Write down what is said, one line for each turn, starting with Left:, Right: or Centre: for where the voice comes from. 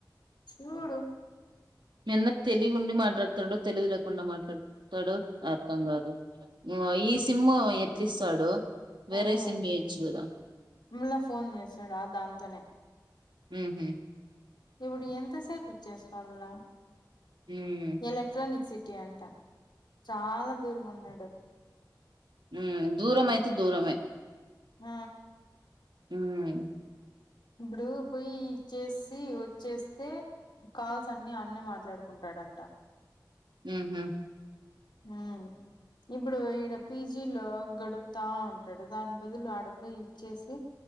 Left: చూడు
Right: మీ అన్న తెలివి ఉండి మాట్లాడతాడో తెలివి లేకుండా మాట్లాడతాడో అర్థం కాదు ఈ సిమ్ ఎట్లిస్తాడు వేరే
Left: అదే
Right: సిమ్ ఇయొచ్చు కదా
Left: మళ్లా ఫోన్ చేసాడు దాంతోనే
Right: హ్మ్మ్
Left: ఇప్పుడు ఎంత సేపు ఇచ్చేసి రావాలా
Right: ఉమ్
Left: ఎలక్ట్రానిక్ సిటీ అంటా చాలా దూరం ఉన్నాడు
Right: ఊ దూరం అయితే దూరమే
Left: ఆ
Right: హ్మ్మ్
Left: ఇబ్బుడు పోయి ఇచ్చేసి వచ్చేస్తే కాల్స్ అన్ని అన్నా మాట్లాడుకుంటాడంట
Right: హ్మ్మ్ హ్మ్మ్
Left: హ్మ్మ్ ఇప్పుడు ఈడి పీజీ లో గడుపుతా ఉంటాడు దాని బదులు ఆడపోయి ఇచ్చేసి